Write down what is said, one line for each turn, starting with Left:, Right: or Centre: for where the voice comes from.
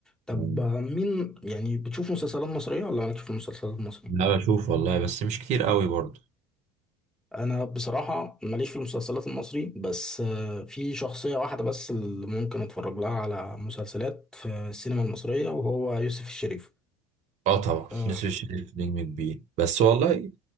Centre: طب
Right: مم.
Centre: آه، مين يعني بتشوف مسلسلات مصريه ولا مالكش في المسلسلات المصريه
Right: لا بشوف والله بس مش كتير قوي برضه
Centre: انا بصراحه ماليش في المسلسلات المصري بس آه في شخصيه واحده بس اللي ممكن اتفرج لها على مسلسلات في السينما المصريه وهو يوسف الشريف
Right: اه طبعا
Centre: آه
Right: نسر الشريف نجم كبير بس والله